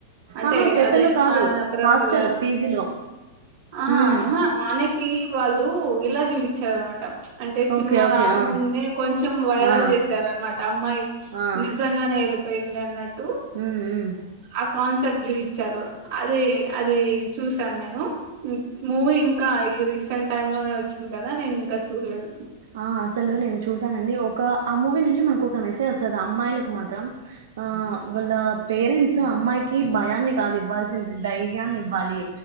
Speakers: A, on the right (about 70°); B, on the right (about 45°).
A: ఆహా
B: అంతే
A: కెఫేలో
B: అదే
A: కాదు
B: ఆయన అపసద
A: హాస్టల్ పీజీలో
B: ఆ
A: ఉమ్.
B: హ మన కి వాలు ఇలా జీవిచేవారు అనమాట అంటే సినిమా
A: ఓకే ఓకే
B: రాకముందే
A: ఆ
B: కొంచెం వైరల్
A: ఆ
B: చేసారనమాట అమ్మాయి
A: ఆ
B: నిజంగాఎలిపి పోయింది అన్నట్టు
A: ఉమ్ ఉమ్.
B: ఆ కాన్సెప్ట్ చూ ఇచ్చారు అది అది చూసాను నేను మూవీ ఇంకా ఈ రీసెంట్ టైం లోనే వచ్చింది కదా నేను ఇంకా చూడలేదు,
A: ఆ అసలు నేను చూసానండి ఒక ఆ మూవీ నుంచి మనకు ఒక మెసేజ్ వస్తుంది అమ్మాయిలకు మాత్రం, ఆ వాళ్ళ పేరెంట్స్ అమ్మాయికి భయాన్ని కాదు ఇవ్వాల్సింది ధైర్యాన్ని ఇవ్వాలి